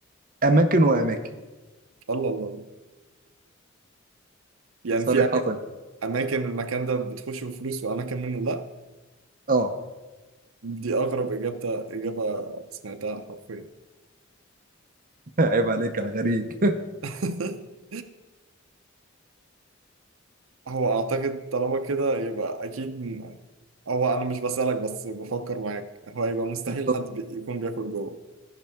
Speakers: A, on the right; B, on the right.
A: اماكن واماكن
B: الله الله يعني
A: صريحه
B: في أما... اماكن المكان ده بتخش بفلوس واماكن منه لا
A: اه
B: دي اغرب اجابه اجابه سمعتها حرفيا
A: <laughs> عيب عليك انا غريب
B: <laughs> هو اعتقد طالما كده يبقى اكيد م- هو انا مش بسألك بس بفكر معاك هو يبقى مستحيل
A: <laughs>
B: حد بي... يكون بياكل جوه